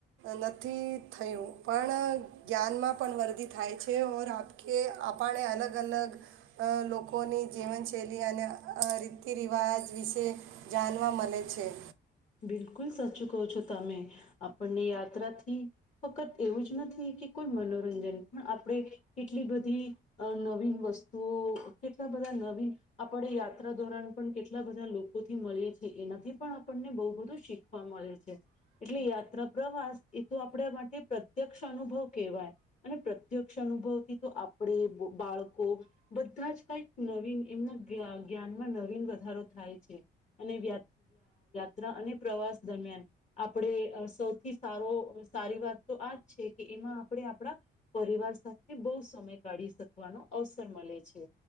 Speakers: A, on the right; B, on the left.
A: નથી થયું પણ જ્ઞાનમાં પણ વરદી થાય છે ઓર આપ કે આપણે અલગ અલગ અ લોકોની જીવનશૈલી અને રીતિ રિવાજ વિશે જાનવા મળે છે.
B: બિલકુલ સાચું કહો છો તમે. આપણને યાત્રાથી ફક્ત એવું જ નથી કે કોઈ મનોરંજન પણ આપણે કેટલી બધી નવીન વસ્તુઓ કેટલા બધા નવીન આપણે યાત્રા ધોરણ પણ કેટલા બધા લોકોથી મળીએ છી એનાથી પણ આપણને બો વધુ શીખવા મળે છે, એટલે યાત્રા પ્રવાસ એ તો આપણા માટે પ્રત્યક્ષ અનુભવ કહેવાય, અને પ્રત્યક્ષ અનુભવ થી તો આપણે, બાળકો બધા જ કંઈક નવીન એમના જ્ઞા જ્ઞાનમાં નવીન વધારો થાય છે. અને <unintelligible> ત્રા અને પ્રવાસ દરમિયાન આપણે સૌથી સારો સારી વાત તો આ જ છે કે એમાં આપણે આપણા પરિવાર સાથે બહુ સમય કાઢી શકવાનો અવસર મલે છે.